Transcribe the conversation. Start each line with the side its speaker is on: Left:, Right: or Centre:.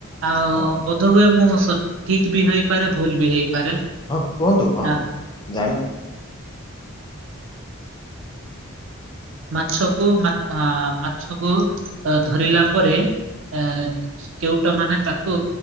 Right: ଆଉ
Left: ହଁ
Right: ବୋଧ୍
Left: ହଁ
Right: ଧୋ ହୁଏ ମୁଁ ସଠିକ୍ ବି ହେଇପାରେ ଭୁଲ୍ ବି ହେଇପାରେ।
Left: ହଁ କୁହନ୍ତୁ ହଁ
Right: ଆ
Left: ଜାଣ
Right: ମାଛକୁ ମା ଆ ମାଛକୁ ଆ ଧରିଲା ପରେ ଏ କେଉଟମାନେ ତାକୁ